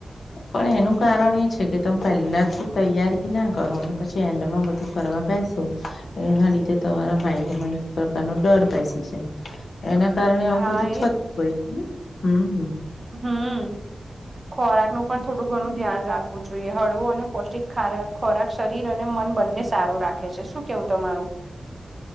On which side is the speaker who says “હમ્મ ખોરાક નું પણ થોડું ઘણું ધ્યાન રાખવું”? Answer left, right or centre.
Right